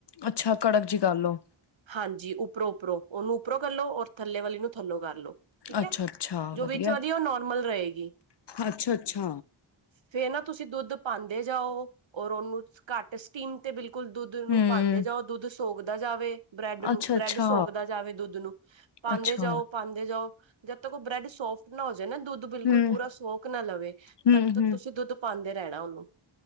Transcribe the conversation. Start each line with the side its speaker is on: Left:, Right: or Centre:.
Left: ਅੱਛਾ, ਕੜਕ ਜੀ ਕਰ ਲੋ।
Right: ਹਾਂਜੀ ਉੱਪਰੋਂ ਉੱਪਰੋਂ, ਉਹਨੂੰ ਉੱਪਰੋਂ ਕਰ ਲੋ, ਔਰ ਥੱਲੇ ਵਾਲੀ ਨੂੰ ਥੱਲੋਂ ਕਰ ਲੋ। ਠੀਕ
Left: ਅੱਛਾ
Right: ਐ,
Left: ਅੱਛਾ
Right: ਜੋ
Left: ਵਧੀਆ
Right: ਵਿੱਚ ਵਾਲੀ ਐ, ਉਹ ਨੋਰਮਲ ਰਹੇਗੀ।
Left: ਅੱਛਾ ਅੱਛਾ
Right: ਫੇਰ ਨਾ ਤੁਸੀਂ ਦੁੱਧ ਪਾਉਂਦੇ ਜਾਓ, ਔਰ ਉਹਨੂੰ ਘੱਟ ਸਟੀਮ ਤੇ ਬਿਲਕੁਲ ਦੁੱਧ ਨੂੰ
Left: ਹਮ
Right: ਪਾਉਂਦੇ ਜਾਓ, ਦੁੱਧ ਸੋਗਦਾ ਜਾਵੇ। ਬ੍ਰੈਡ ਨੂੰ
Left: ਅੱਛਾ
Right: ਬ੍ਰੈਡ
Left: ਅੱਛਾ
Right: ਸੋਕਦਾ ਜਾਵੇ ਦੁੱਧ ਨੂੰ, ਪਾਉਂਦੇ
Left: ਅੱਛਾ
Right: ਜਾਓ ਪਾਉਂਦੇ ਜਾਓ, ਜਦ ਤੱਕ ਉਹ ਬ੍ਰੈਡ ਸੋਫਟ ਨਾ ਹੋ ਜਾਵੇ ਨਾ ਦੁੱਧ ਬਿਲਕੁਲ
Left: ਹਮ
Right: ਪੂਰਾ ਸੋਕ ਨਾ ਲਵੇ,
Left: ਹਮ
Right: ਤਖ
Left: ਹਮ
Right: ਤੁਸੀਂ ਦੁੱਧ ਪਾਦੇ ਰਹਿਣਾ ਉਹਨੂੰ।